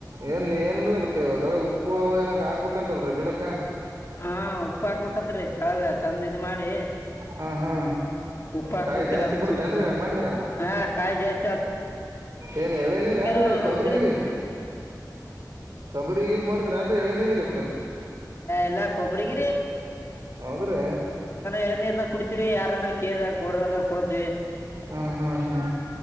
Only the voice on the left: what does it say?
ಹಾ ಉಪ್ಪು ಹಾಕ್ಬೇಕತ್ರಿ ತಳ ಚಂದ ಇದ್ ಮಾಡಿ
ಉಪ್ಪಾಕ್
ಬೇಕರಾವ
ಸುಕ್ತ
ಹಾ ಕಾಯ ಜಸ್
ನೋಡ್ರಿ
ನಮ್ ಗಿಡಕ್
ಹ ಎಲ್ಲಾ ಕೊಬ್ಬರಿಗಿರಿ
ಎಳನೀರ್ನ ಕುಡಿತೀರಿ ಯಾರನ ಕೇಳ್ದಾಗ ಕೊಡ್ರಿ ಅಂದ್ರ ಕೊಡ್ತೀವಿ